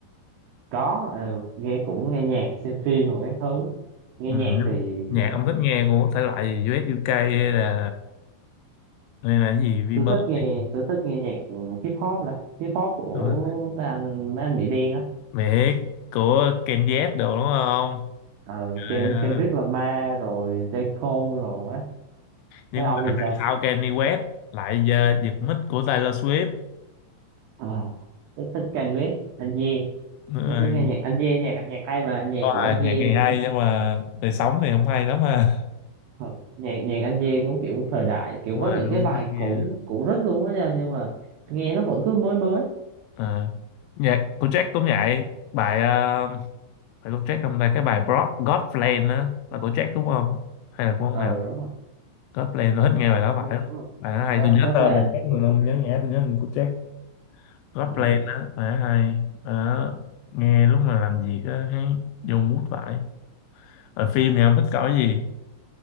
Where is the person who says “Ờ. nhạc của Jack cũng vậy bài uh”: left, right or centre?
Left